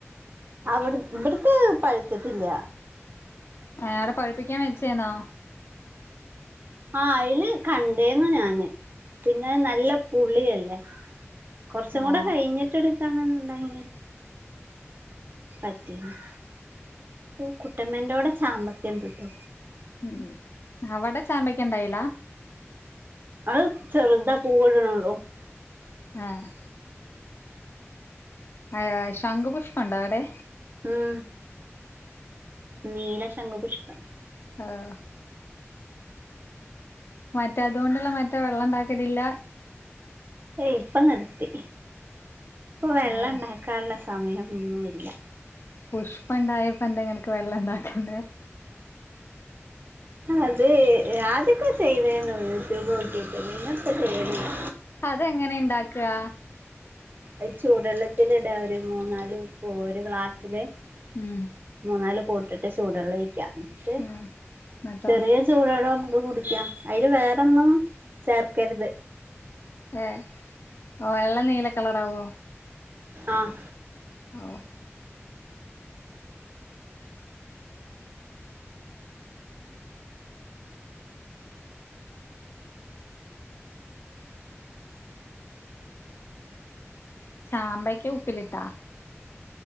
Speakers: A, on the right; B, on the left.
A: അവിടു ഇവിടുത്തെ പഴുത്തിട്ടില്ല
B: ആടെ പഴിപ്പിക്കാൻ വെച്ചന്നോ
A: ആഹ് അയ്ല് കണ്ടേന്നു ഞാന് പിന്നെ നല്ല പുുള്ളിയല്ലേ കുറച്ചും
B: ഓഹ്
A: കൂടെ കഴിഞ്ഞിട്ട് എടുക്കണന്നുണ്ട പറ്റന്ന് കുട്ടമ്മേന്റോടെ ചാമ്പക്കം പിട്ടു
B: ഉം അവടെ ചാമ്പക്ക ഉണ്ടായില
A: അത് ചെറുതാ പൂവ്ടണള്ളൂ
B: ആഹ് ആഹ് ശംഖുപുഷ്പണ്ടോ അവിടെ
A: ഉം നീല ശംഖ പുുഷ്പം
B: ആഹ് മറ്റേ അതുകൊണ്ടല്ലാം മറ്റേ വെള്ളംണ്ടാക്കലില്ല
A: ഏഹ് ഇപ്പൊ നിർത്തി ഇപ്പൊ വെള്ളം
B: ആഹ്
A: ഉണ്ടാക്കാനുള്ള സമയംന്നുല്ല
B: പുഷ്പ ഇണ്ടായപ്പോന്തെങ്ങൾക്ക് വെള്ളം ഇണ്ടാക്കണ്ടേ
A: അതേ ആദ്യാക്കേ ചെയ്തേനേ യൂട്യൂബ് നോക്കിട്ട്. പിന്നെപ്പ ചെയ്യണില്ല്യാ.
B: അതെങ്ങനെ ഇണ്ടാക്കാ?
A: അത് ചൂടെള്ളത്തിലിട ഒരു മൂന്നാല്, ഒരു ക്ലാസ്സില്
B: ഉം
A: മൂന്നാല്. പോട്ടിട്ട് ചൂടു വെള്ളെഴിക്ക. എന്നിട്ട്
B: ഉം എന്നിട്ടോ
A: ചെറിയ ചൂടോടെ നമുക്ക് കുടിക്കാം. അതിൽ വേറൊന്നും ചേർക്കരുത്.
B: ഏഹ് ഓ വെള്ള നീല കളറാവുവോ?
A: ആഹ്
B: ഓഹ് ചാമ്പയ്ക്ക ഉപ്പിലിട്ടാ?